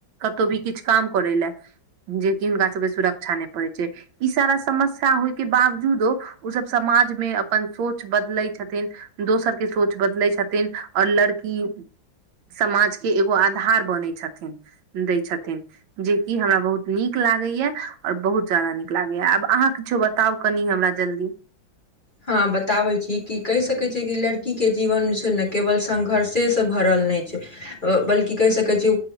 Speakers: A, on the right; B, on the left.
A: कतहु भी किछ काम करै लैए जेकि हुनका सबके सुरक्षा नहि पड़े छै ई सारा समस्या होए के बावजूदो ओ सब समाज मे अपन सोच बदलै छथिन दोसर के सोच बदलैत छथिन आओर लङकि समाजके एगो आधार बनै छथिन दै छथिन्ह जेकि हमरा बहुत नीक लागैया आओर बहुत ज्यादा नीक लागैए आब अहाँ किछो बता आब कनि हमरा जल्दी
B: हँ बताबै छी कि कहि सकैत छियै कि लड़कीके जीवन जे छै ने केवल संघर्षेसँ भरल नेताक छै बल्कि कहि सकै छै